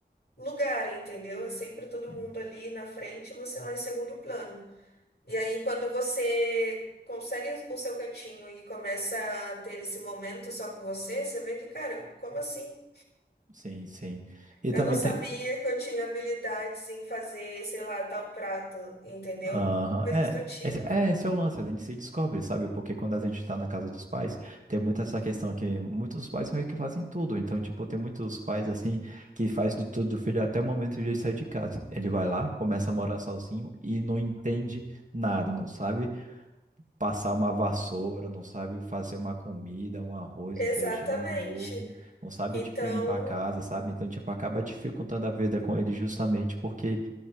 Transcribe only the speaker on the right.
sim,
sim, sim. E
também
tem
Aham,
É,
esse, é, esse é o lance, a gente se descobre, sabe? Porque quando a gente tá na casa dos pais, tem muito essa questão que muitos pais meio que fazem tudo. Então, tipo, tem muitos pais, assim, que faz do tudo do filho até o momento de ele sair de casa. Ele vai lá, começa a morar sozinho e não entende nada, não sabe passar uma vassoura, não sabe fazer uma comida, um arroz,
um feijão, um ovo, não sabe,
tipo, limpar a casa, sabe? Então, tipo, acaba dificultando a vida com ele justamente porque